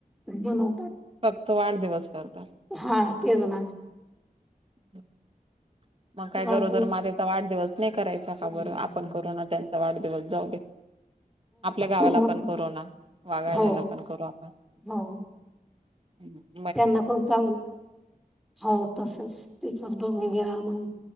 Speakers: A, in the centre; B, on the right.
A: बनवतात.
B: फक्त वाढदिवस करतात.
A: हा तेच ना.
B: हम <unintelligible> मग काय गरोदर
A: वाढदिवस
B: मात्याचा वाढदिवस नाही करायचा का
A: हो
B: बरं आपण करू ना त्यांचा वाढदिवस जाऊ दे. आपल्या गावाला
A: हो आपण-
B: पण करू ना वागाड्याला
A: हो
B: पण करू आपण
A: हो
B: ह् <inaudible>
A: त्यांना पण चांगल हो तसच तिथच बघून घेणार मग